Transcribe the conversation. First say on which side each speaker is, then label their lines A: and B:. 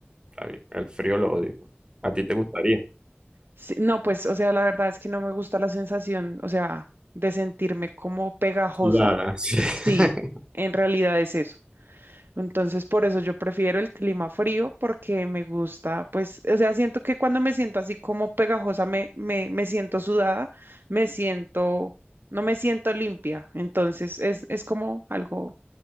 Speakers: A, on the right (about 20°); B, on the right (about 60°).
A: está bien. El frío lo odio. ¿A ti te gustaría?
B: Sí, no, pues, o sea, la verdad es que no me gusta la sensación, o sea, de sentirme como pegajosa.
A: Sudar, así. <laughs>
B: Sí, en realidad es eso. Entonces, por eso yo prefiero el clima frío porque me gusta, pues, o sea, siento que cuando me siento así como pegajosa, me, me, me siento sudada, me siento, no me siento limpia. Entonces, es, es como algo,